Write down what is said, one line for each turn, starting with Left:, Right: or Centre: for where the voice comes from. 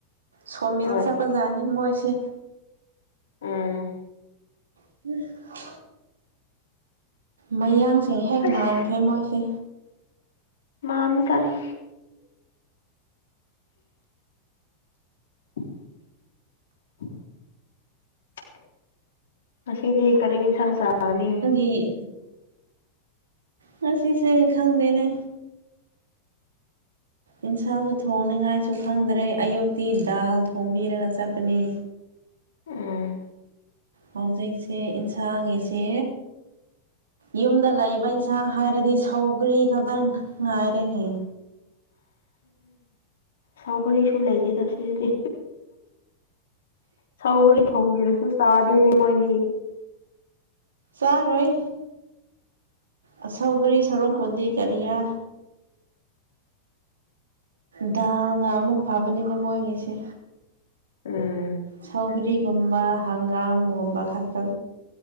Right: ꯁꯣꯃꯤꯜ
Left: ꯍꯣꯏ
Right: ꯆꯠ ꯄꯖꯥꯅꯤ ꯃꯣꯏꯁꯦ
Left: ꯎꯝ
Right: <inaudible> ꯃꯌꯥꯡꯁꯦ ꯍꯦꯛ
Left: ꯑꯁ
Right: ꯃꯥꯟꯈ꯭ꯔꯦ ꯃꯣꯏꯁꯦ
Left: ꯃꯥꯟꯁꯅꯤ <inaudible> ꯉꯁꯤꯗꯤ ꯀꯔꯤ ꯏꯟꯁꯥꯡ ꯆꯥꯔꯅꯤ
Right: ꯏ ꯉꯥꯁꯤ ꯁꯦ ꯈꯪꯗꯦꯅꯦ ꯏꯟꯁꯥꯡꯁꯨ ꯊꯣꯡꯅꯤꯡꯉꯥꯏꯁꯨ ꯈꯪꯗ꯭ꯔꯦ ꯑꯌꯨꯛꯇꯤ ꯗꯥꯜ ꯊꯣꯡꯝꯕꯤꯔꯒ ꯆꯠꯄꯅꯤ
Left: ꯎꯝ
Right: ꯍꯧꯖꯤꯛꯁꯦ ꯏꯟꯁꯥꯡꯒꯤꯁꯦ ꯌꯨꯝꯗ ꯂꯩꯕ ꯏꯟꯁ ꯏꯟꯁꯥꯡ ꯍꯥꯏꯔꯗꯤ ꯁꯧꯒ꯭ꯔꯤ ꯈꯛꯇꯪ ꯉꯥꯏꯔꯦꯅꯦ
Left: ꯁꯥꯎꯒ꯭ꯔꯤꯁꯨ ꯂꯩꯗꯦꯗ ꯁꯤꯗꯤ ꯁꯧꯒꯔꯤ ꯊꯣꯡꯕꯤꯔꯁꯨ ꯆꯥꯗꯦꯅꯦ ꯃꯣꯏꯗꯤ
Right: ꯆꯥꯔꯣꯏ ꯑ ꯁꯥꯎꯒ꯭ꯔꯤ ꯁꯔꯣꯛꯄꯨꯗꯤ ꯀꯔꯤꯔ <inaudible> ꯗꯥꯜꯅ ꯑꯃꯨꯛ ꯐꯕꯅꯤꯕ ꯃꯣꯏꯒꯤꯁꯦ
Left: ꯎꯝ
Right: ꯁꯧꯒ꯭ꯔꯤꯒꯨꯝꯕ ꯍꯪꯒꯥꯝꯒꯨꯝꯕ ꯈꯛꯇ